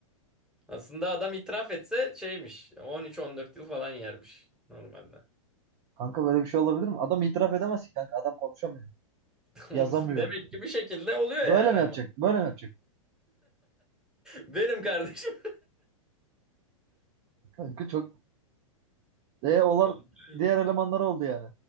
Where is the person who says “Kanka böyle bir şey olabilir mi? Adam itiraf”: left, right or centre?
Right